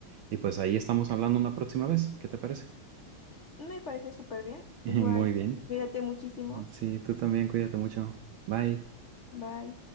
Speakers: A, on the right (about 70°); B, on the left (about 50°).
A: Y pues ahí estamos hablando una próxima vez. ¿Qué te parece?
B: Me parece súper bien,
A: <laughs>
B: igual,
A: Muy bien.
B: cuídate muchísimo,
A: Sí, tú también, cuídate mucho. Bye.
B: bye.